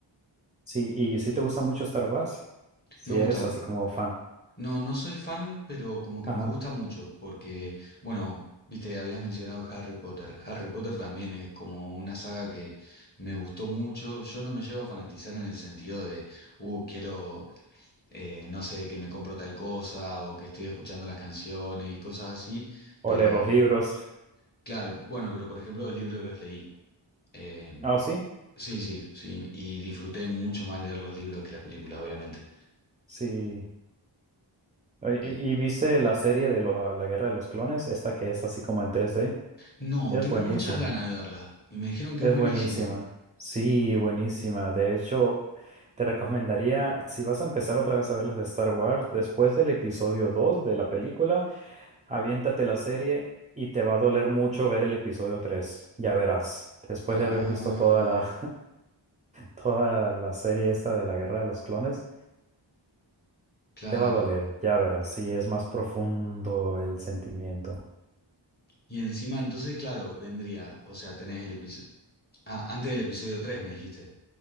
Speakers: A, on the right; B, on the left.
A: Sí, y si te gusta mucho Star Wars, si
B: Me gusta.
A: eres así como fan.
B: No, no soy fan, pero como que
A: Ajá.
B: me gusta mucho, porque, bueno, viste, habías mencionado Harry Potter. Harry Potter también es como una saga que me gustó mucho. Yo no me llevo a fanatizar en el sentido de, uh, quiero, eh, no sé, que me compro tal cosa o que estoy escuchando las canciones y cosas así,
A: O
B: pero,
A: leer los libros.
B: claro, bueno, pero por ejemplo los libros los leí. Eh,
A: Ah, ¿o sí,
B: sí, sí, sí. Y disfruté mucho más leer los libros que las películas, obviamente.
A: sí. Oye,
B: Eh,
A: ¿Y, y viste la serie de lo- la Guerra de los Clones? Esta que es así como en tres d
B: no,
A: Es
B: tengo
A: buenísima.
B: muchas ganas de verla. Y me dijeron que
A: Es
B: es buenísima.
A: buenísima. Sí, buenísima. De hecho, te recomendaría, si vas a empezar otra vez a ver las de Star Wars, después del episodio 2 de la película, aviéntate la serie y te va a doler mucho ver el episodio tres, Ya verás. Después
B: Ah,
A: de haber visto toda la toda la serie esta de la Guerra de los Clones,
B: claro.
A: te va a doler, ya verás, si es más profundo el sentimiento.
B: Y encima, entonces, claro, vendría. O sea, tenés el episodio. Ah, antes del episodio 3 me dijiste.